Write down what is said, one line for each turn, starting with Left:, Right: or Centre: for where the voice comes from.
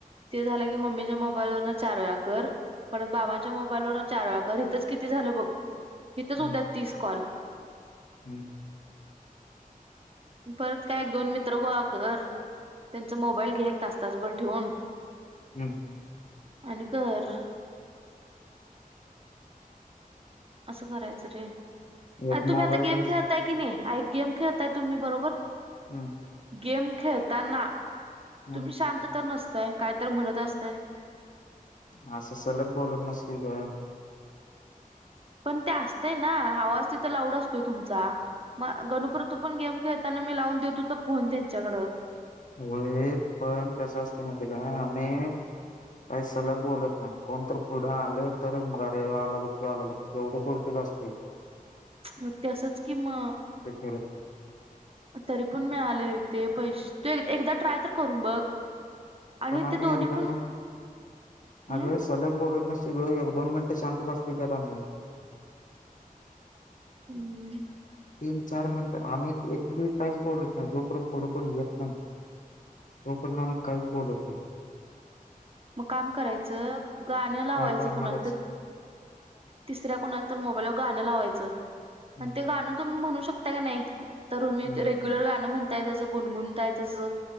Right: ते झालं की मम्मीच्या मोब मोबाईलवरन चार वेळा कर परत बाबांच्या मोबाईलवरन चार वेळा कर इथंच किती झालं बघ. हितच
Left: हम्म
Right: उद्या तीस कॉल
Left: हम्म.
Right: परत काय एक दोन मित्र गोळा कर त्यांचा मोबाईल घे एक तास तासभर ठेवून
Left: हम्म.
Right: आणि कर. असं करायचं रे. अ
Left: एक
Right: तुम्ही
Left: मोबाईल
Right: आता
Left: घेऊन
Right: गेम खेळतताय की नाही. आई गेम खेळताय तुम्ही बरोबर.
Left: हम्म.
Right: गेम खेळताना
Left: हम्म
Right: तुम्ही शांत तर नसत य काय तर म्हणत असतय
Left: ह स सलग बोलत मस्की काय
Right: पण ते असतंय ना आवाज तिथं लाऊड असतोय तुमचा म गणुपतू पण गेम खेळताना मी लावून देत होत फोन त्यांच्याकडं
Left: होय पण कसं असते माती काय आम्ही काही सलग बोलत नाही कोणत पुढं आल तरच गारी आलं बघते आलं बघ एवढं पुरतच असते
Right: मग तसच कि म
Left: फिरत
Right: तरी पण मी आले ते पैसे तू एकदा ट्राय तर करून बघ आणि
Left: पण आम्ही
Right: ते दोन्ही
Left: एकदम
Right: पण हम्म
Left: अग सलग बोलत नाही सगं एक दोन मिनिटं शांत असत त्यातम्ही
Right: हम्म
Left: तीन चार मिनिटं आम्ही एककळी काहीच बोलत नाही जोपर्यंत पुढ कोण येत नाही तोपर्यंत आम्ही काहीच बोलत नाही
Right: मग काम करायचं गाणं लावायचं
Left: काय करणारच
Right: कणाच तर तिसऱ्या कणाच तर मोबाईलवर गाणं लावायचं
Left: हम्म
Right: आणि ते गाणं तुम्ही म्हणू शकता का नाही तर मी
Left: हम्म
Right: ते रेग्युलर गां म्हणते तसं गुणगुणताय तसं